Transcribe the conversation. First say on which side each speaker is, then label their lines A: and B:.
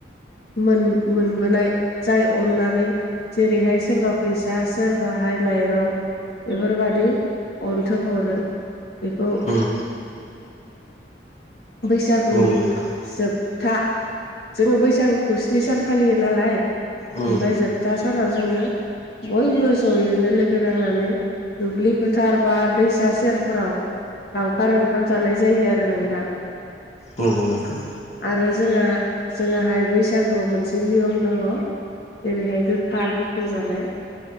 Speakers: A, on the left; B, on the left.
A: मोन मोनबोनाय जाय अननानै जेरैहाय सोरबा फैसा सोरबाहाय माइरं बेफोरबादि अन्थोब हरो बेखौ
B: उम
A: बैसागुनि
B: नंगौ नोंथां
A: जोब था जोङो बैसागुखौ स्नि सान फालियो नालाय
B: उम
A: ओमफ्राय जोबथा सानाव जोङो बयबो जयैनो लोगो नांनानै दुब्लि फोथार बा दैसा सेरफोराव लावखार ओंखाम जानाय जायो आरो नोंथां
B: नंगौ नोंथां
A: आरो जोंहा जोंहाय बैसागुआव मोनसे नियम दङ। जेरैहाय गोखा गोखै जानाय